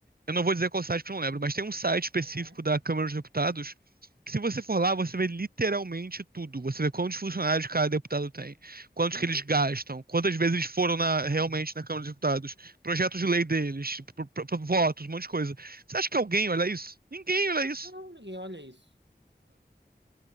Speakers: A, on the right; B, on the right.
A: Eu não vou dizer qual site porque eu não lembro, mas tem um site específico
B: Uhum.
A: da Câmara dos Deputados que se você for lá, você vê literalmente tudo. Você vê quantos funcionários cada deputado tem, quantos
B: Uhum.
A: que eles gastam, quantas vezes eles foram na- realmente na Câmara dos Deputados, projetos de lei deles, tipo, pro- pro- pro- votos, um monte de coisa. Você acha que alguém olha isso? Ninguém olha isso.
B: Não, ninguém olha isso.